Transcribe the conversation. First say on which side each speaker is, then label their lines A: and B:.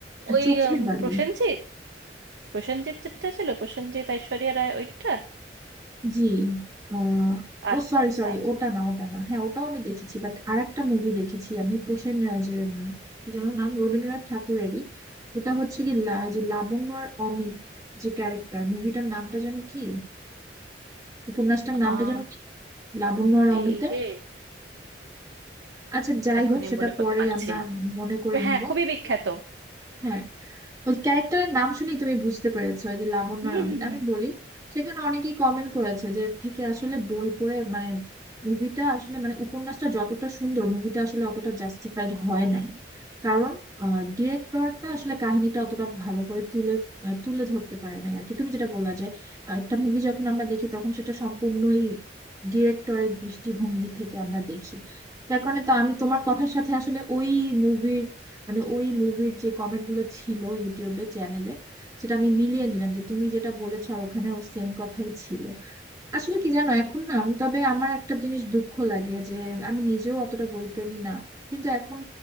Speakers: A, on the right; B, on the right.
A: ওই
B: চোখের
A: উম,
B: বালি
A: প্রসেনজিৎ প্রসেনজিৎ যেটা ছিল প্রসেনজিৎ ঐশ্বরিয়া রায় ওইটা
B: জি আহ,
A: আচ্ছা
B: ও সরি
A: আচ্ছা
B: সরি ওটা না ওটা না হ্যাঁ ওটাও আমি দেখেছি বাট আরেকটা মুভি দেখেছি আমি প্রসেন রাজ এর, উম, কি যেন নাম রবীন্দ্রনাথ ঠাকুরেরই ওটা হচ্ছে কি লা- যে লাবণ্য আর অমিত যে ক্যারেক্টার মুভিটার নামটা যেন কি উপন্যাসটার নামটা
A: আম,
B: যেন কি লাবণ্য আর অমিতের
A: এই রে
B: আচ্ছা যাই
A: এখনই
B: হোক সেটা
A: মনে করতে
B: পরে
A: পারছি
B: আমরা
A: না
B: মনে করে
A: হ্যাঁ
B: নিব
A: খুবই বিখ্যাত
B: হ্যাঁ ওই ক্যারেক্টারের নাম শুনেই তুমি বুঝতে পেরেছো ওই যে লাবণ্য
A: হুম,
B: আর অমিত
A: হুম, হুম।
B: আমি বলি সেখানে অনেকেই কমেন্ট করেছে যে এর থেকে আসলে বই পড়ে মানে মুভিটা আসলে মানে উপন্যাসটা যতটা সুন্দর মুভিটা আসলে অতটা জাস্টিফাইড হয় নাই কারণ ডিরেক্টরটা আসলে কাহিনীটা অতটা ভালো করে তুলে আহ, তুলে ধরতে পারে নাই আর কি তুমি যেটা বললা যে আহ, একটা মুভি যখন আমরা দেখি তখন সেটা সম্পূর্ণই ডিরেক্টরের দৃষ্টিভঙ্গি থেকে আমরা দেখি যার কারণে তো আমি তোমার কথার সাথে আসলে ওই মুভির মানে ওই মুভির যে কমেন্ট গুলো ছিল ইউটিউবে চ্যানেলে সেটা আমি মিলিয়ে নিলাম যে তুমি যেটা বলেছো আর ওখানে ওর সেম কথাই ছিল আসলে কি জানো এখন না আমি- তবে আমার একটা জিনিস দুঃখ লাগে যে আমি নিজেও অতটা বইপ্রেমী না কিন্তু এখন